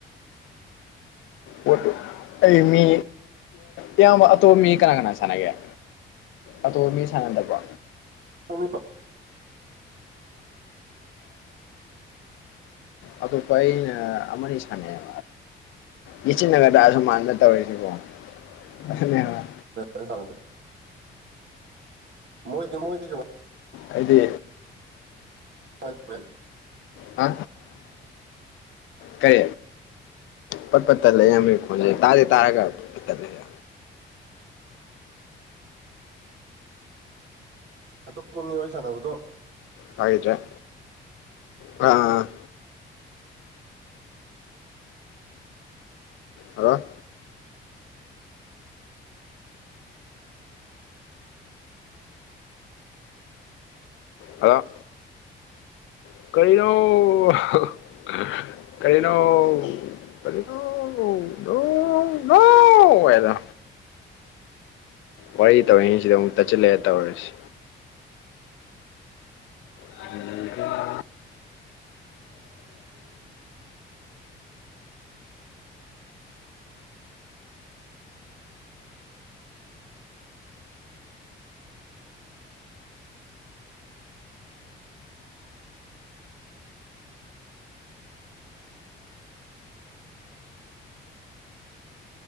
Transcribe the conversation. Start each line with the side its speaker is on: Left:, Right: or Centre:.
Left: ꯑꯣꯣꯗ ꯑꯩ ꯃꯤ ꯏꯌꯥꯝ ꯑꯇꯣꯞꯄ ꯃꯤ ꯀꯅꯥ ꯀꯅꯥ ꯁꯥꯟꯅꯒꯦ ꯑ ꯇꯣꯃꯤ ꯁꯉꯟꯗꯄꯥ
Right: ꯇꯣꯉ ꯇꯣ
Left: ꯑꯗꯨ ꯄ ꯑꯃꯅꯤꯅꯤ ꯐꯅꯦꯛ ꯌꯦꯆꯤꯟꯅꯒꯗꯁꯨ ꯃꯅꯅ ꯇꯧꯔꯤꯁꯤꯕꯣ ꯐ
Right: ꯆꯦ ꯃꯣꯏꯗꯤ ꯃꯣꯏꯗꯤ ꯀ
Left: ꯍꯥꯏꯗꯤ
Right: ꯍ ꯐ
Left: ꯍꯥ ꯀꯔꯤ ꯄꯠ ꯄꯠ ꯇꯠꯂ ꯌꯥꯝ ꯈꯣꯠꯅꯦ ꯇꯥꯥꯁꯦ ꯇꯥꯔꯒꯠ ꯇꯠꯂ <unintelligible>
Right: ꯑꯇꯣꯞꯄ ꯃꯤ ꯋꯥꯔꯤ ꯁꯥꯟꯅꯕꯗꯣ
Left: ꯍꯥꯏꯗ꯭ꯔꯦ ꯑ ꯍꯥꯂ ꯑ ꯀꯗꯣ ꯀꯔꯤꯅꯣ ꯀꯅꯣ ꯅꯣ ꯅꯣ ꯌꯥꯗ ꯋꯥꯔꯤ ꯇꯧꯔꯤꯉꯩꯁꯤꯗ ꯑꯃꯨꯛ ꯇꯠꯁꯤꯜꯂꯛꯑꯦ ꯇꯧꯔꯁꯤ ꯑ